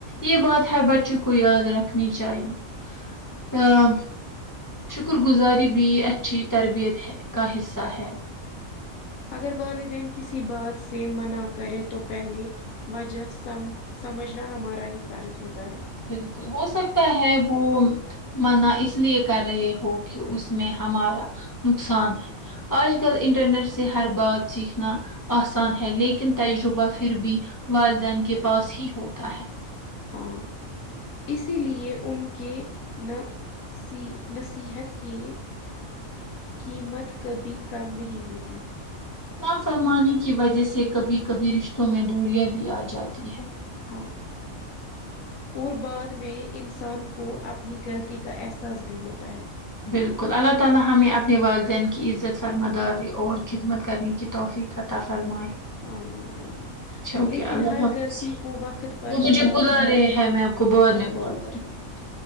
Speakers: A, on the left; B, on the left.
A: یہ بات ہر بچے کو یاد رکھنی چاہیے آ شکرگزاری بھی اچھی تربیت ہے کا حصہ ہے
B: اگر والدین کسی بات سے منع کرے تو پہلے وجہ سم سمجھنا ہمارا ہی فرض ہوتا ہے
A: بالکل ہو سکتا ہے وہ منع اس لیے کر رہے ہوکی اس میں ہمارا نقصان ہے آج کل انٹرنیٹ سے ہر بات سیکھنا آسان ہے لیکن تجربہ پھر بھی والدین کے پاس ہی ہوتا ہے
B: ہاں اسی لیے ان کے نہ سی نصیحت کے قیمت کبھی کم نہیں ہوتی
A: نا فرمانی کی وجہ سے کبھی کبھی رشتوں میں دوریاں بھی آ جاتی ہے
B: ہاں اور بعد میں انسان کو اپنی غلطی کا احساس بھی ہوتا ہے
A: بالکل اللہ تعا لی ہمیں اپنے والدین کی عزت فرما داری اور خدمت کرنے کی توفیق عطا فرمایہ
B: آمین آمین
A: اچھا اوکے
B: لیکن
A: اللہ
B: ہر
A: حافظ
B: غلطی کو وقت پر
A: وہ مجھے
B: سدھارنا
A: بلا رہے ہیں میں بعد
B: چلو
A: میں کال
B: چلو
A: کر
B: ٹھیک
A: یں
B: ہے ٹھیک